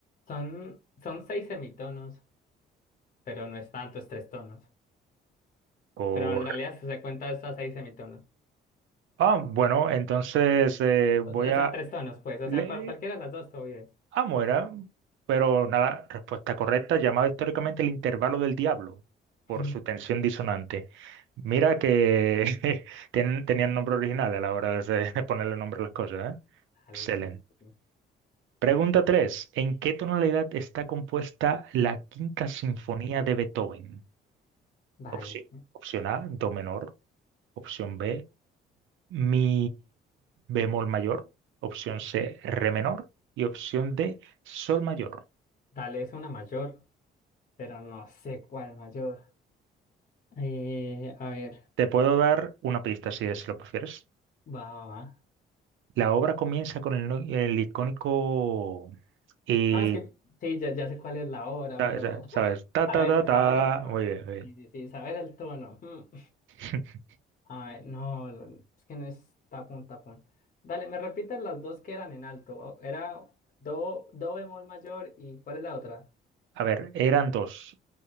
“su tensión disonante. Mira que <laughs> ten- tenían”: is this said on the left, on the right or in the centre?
Right